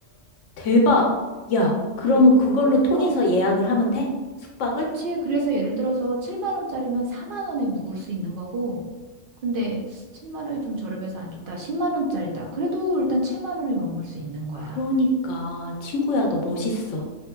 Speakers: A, on the left; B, on the right.
A: 대박. 야, 그러면
B: 그-
A: 그걸로
B: 그래서
A: 통해서 예약을 하면 돼? 숙박을?
B: 그치. 그래서 예를 들어서 7만 원짜리면 4만 원에 묵을 수 있는 거고, 근데 7만 원이 좀 저렴해서 안 좋다. 10만 원짜리다. 그래도 일단 7만 원에 머물 수 있는 거야.
A: 그러니까, 친구야, 너 멋있어.